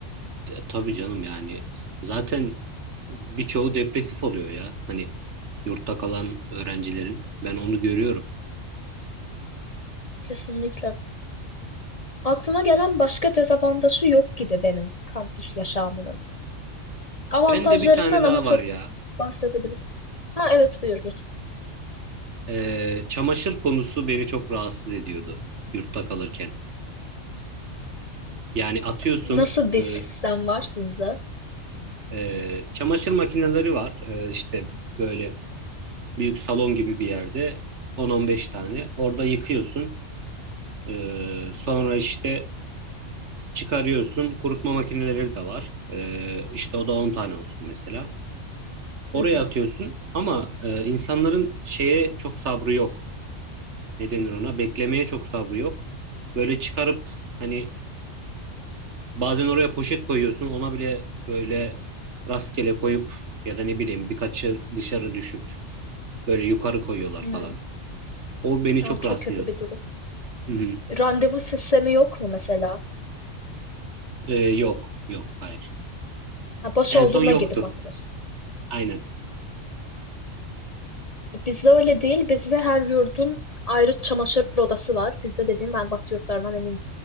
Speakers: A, on the right; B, on the left.
A: E, tabii canım yani zaten birçoğu depresif oluyor ya. Hani yurtta kalan öğrencilerin ben onu görüyorum.
B: Kesinlikle. Aklıma gelen başka dezavantajı yok gibi benim kampüs yaşamının. Avantajlarından
A: Ben de bir tane daha
B: ama çok
A: var ya.
B: bahsedebilirim. Ha evet buyur lütfen.
A: E, çamaşır konusu beni çok rahatsız ediyordu yurtta kalırken. Yani atıyorsun
B: Nasıl bir
A: e,
B: sistem var sizde? Hı
A: Ee, çamaşır makineleri var. Ee, işte böyle büyük salon gibi bir yerde 10-15 tane. Orada yıkıyorsun. Ee, sonra işte çıkarıyorsun. Kurutma makineleri de var. Ee, işte o da 10 tane olsun mesela. Oraya
B: hı.
A: atıyorsun ama e, insanların şeye çok sabrı yok. Ne denir ona? Beklemeye çok sabrı yok. Böyle çıkarıp hani bazen oraya poşet koyuyorsun. Ona bile böyle rastgele koyup ya da ne bileyim birkaçı dışarı düşüp Böyle yukarı koyuyorlar
B: Hmm.
A: falan. O beni
B: Aa,
A: çok
B: çok
A: rahatsız
B: kötü
A: ediyordu.
B: bir durum.
A: Hı hı.
B: Randevu sistemi yok mu mesela?
A: Ee, yok. Yok. Hayır.
B: Ha, boş
A: En
B: olduğunda
A: son yoktu.
B: gidip atıyorsun.
A: Aynen.
B: Bizde öyle değil. Bizde her yurdun ayrı çamaşır odası var. Bizde dediğim ben Batı yurtlarından emin